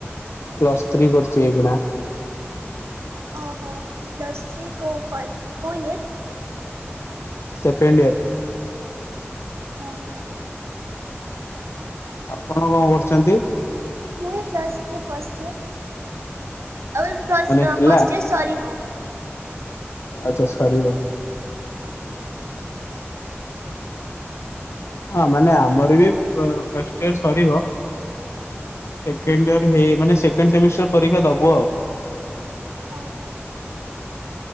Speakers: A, on the left (about 70°); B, on the right (about 70°).
A: ପ୍ଲସ୍ ଥ୍ରୀ କରିଛି ଏଇଗଣା।
B: ଓହୋ ଲଶ୍ରୀ କଉ ଫଲ କେଉ ୟର୍?
A: Second year.
B: ଓହୋ
A: ଆପଣ କଣ କରୁଛନ୍ତି?
B: ମୁଁ ବି ଫଷ୍ଟ ଫାଷ୍ଟ ଇୟର ଆଉ
A: ମାନେ ହେଲା
B: ଫଷ୍ଟ ଇୟର ସରିବ।
A: ଆଚ୍ଛା ସରିବ।
B: ହଁ।
A: ହଁ ମାନେ ଆମର ବି ଫାଷ୍ଟ୍ ଇଅର ସରିବ। ସେକେଣ୍ଡ ଇୟର ହେଇ ମାନେ ସେକେଣ୍ଡ ସେମିଷ୍ଟାର୍ ପରୀକ୍ଷା ଦବୁ ଆଉ।
B: ଓ ହୋ।